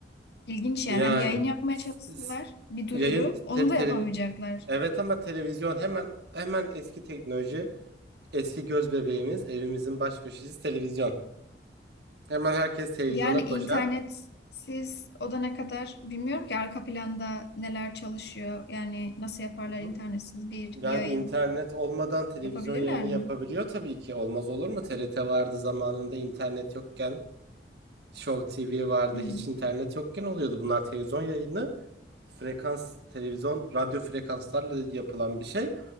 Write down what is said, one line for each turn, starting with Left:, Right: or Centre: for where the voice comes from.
Left: İlginç yani
Right: Yani
Left: hani yayın yapmaya
Right: s-
Left: çalışsalar
Right: s-
Left: bir duyuru
Right: yayın
Left: onu
Right: te
Left: da
Right: televi-
Left: yapamayacaklar.
Right: evet ama televizyon hemen hemen eski teknoloji, eski göz bebeğimiz, evimizin baş köşesi televizyon. Hemen herkes televizyona
Left: Yani internetsiz
Right: koşar.
Left: o da ne kadar bilmiyorum ki arka planda neler çalışıyor. Yani nasıl yaparlar
Right: Hı hı.
Left: internetsiz bir
Right: Yani
Left: yayın
Right: internet olmadan televizyon
Left: yapabilirler
Right: yayını yapabiliyor
Left: mi?
Right: tabii ki. Olmaz olur mu? TRT vardı zamanında internet yokken. Show TV vardı.
Left: Hmm.
Right: Hiç internet yokken oluyordu. Bunlar televizyon yayını. Frekans, televizyon, radyo frekanslarla yapılan bir şey.